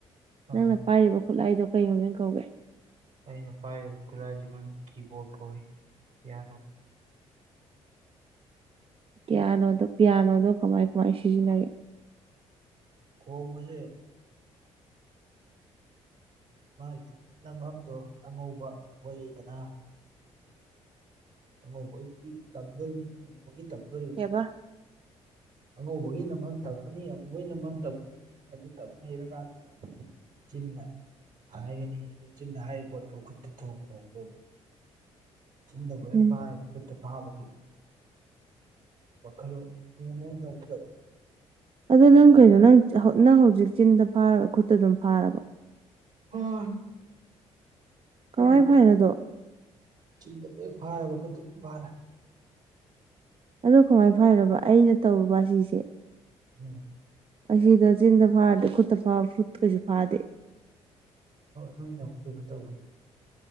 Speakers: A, on the right (about 65°); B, on the right (about 35°).
A: ꯑꯥ
B: ꯅꯪꯅ ꯄꯥꯏꯔꯤꯕ ꯈꯨꯠꯂꯥꯏꯗꯣ ꯀꯩ ꯃꯃꯤꯡ ꯀꯧꯒꯦ
A: ꯑꯩꯅ ꯄꯥꯏꯔꯤꯕ ꯈꯨꯂꯥꯏꯗꯨꯒꯤ ꯃꯃꯤꯡ ꯀꯤꯕꯣꯔꯗ ꯀꯧꯏ ꯄꯤꯌꯥꯅꯣ
B: ꯄꯤꯌꯥꯅꯣꯗꯣ ꯄꯤꯌꯥꯅꯣꯗꯣ ꯀꯃꯥꯏ ꯀꯃꯥꯏ ꯁꯤꯖꯤꯟꯅꯒꯦ
A: ꯈꯣꯡꯕꯁꯦ ꯃꯥꯒꯤ ꯅꯝꯐꯝꯗꯣ ꯑꯉꯧꯕ ꯑꯃꯨꯕ ꯂꯩꯗꯅ ꯑꯉꯧꯕꯒꯤ ꯇꯝꯗꯣꯔꯤꯕꯅꯤ ꯑꯃꯨꯕꯒꯤ ꯇꯝꯗꯣꯔꯤꯕꯅꯤ
B: ꯀꯩꯕ
A: ꯑꯉꯧꯕꯒꯤ ꯅꯝꯐꯝ ꯇꯝꯒꯅꯤ ꯑꯃꯨꯕꯒꯤ ꯅꯝꯐꯝ ꯇꯝꯒꯅꯤ ꯑꯗꯨꯇꯝꯃ ꯍꯩ ꯀꯟꯗ ꯆꯤꯟꯅ ꯍꯥꯏꯒꯅꯤ ꯑꯗꯨ ꯆꯤꯟꯗ ꯍꯥꯏꯔꯤꯕ ꯄꯣꯠꯇꯨ ꯈꯨꯠꯇ ꯊꯣꯡ ꯈꯣꯡꯕ ꯆꯤꯟꯗꯕꯨ ꯍꯦꯛ
B: ꯎꯝ
A: ꯐꯥꯔꯕ ꯈꯨꯠꯇ ꯄꯥꯕꯒꯤ ꯋꯥꯈꯜꯂꯣꯟ ꯅꯤꯌ ꯑꯝ ꯊꯝꯒꯗꯕ
B: ꯑꯗꯨꯗ
A: ꯑꯗꯨ ꯑꯣꯏꯇꯥꯔꯗꯤ
B: ꯅꯪ ꯀꯩꯅꯣ ꯅꯪ ꯅꯪ ꯍꯧꯖꯤꯛ ꯆꯤꯟꯗ ꯐꯥꯔꯒ ꯈꯨꯠꯇ ꯑꯗꯨꯝ ꯐꯥꯔꯕꯣ꯫
A: ꯍ
B: ꯀꯃꯥꯏ
A: ꯑꯩ
B: ꯐꯥꯏꯅꯣꯗꯣ
A: ꯆꯤꯟꯗꯕꯨ ꯍꯦꯛ ꯐꯥꯔꯕ ꯈꯨꯠꯇ ꯑꯗꯨꯝ ꯐꯥꯔꯦ
B: ꯑꯗꯣ ꯀꯃꯥꯏꯅ ꯐꯔꯕ ꯑꯩꯅ ꯇꯧꯔꯨꯕ ꯁꯤꯁꯦ
A: ꯎꯝ
B: ꯑꯁꯤꯗ ꯆꯤꯟꯗ ꯐꯥ ꯈꯨꯠꯇ ꯈꯨꯠ ꯀꯩꯁꯨ ꯐꯥꯗꯦ
A: ꯅꯣꯏꯅ ꯑꯃꯛ ꯀꯩꯅꯣ ꯇꯧꯕꯅꯦ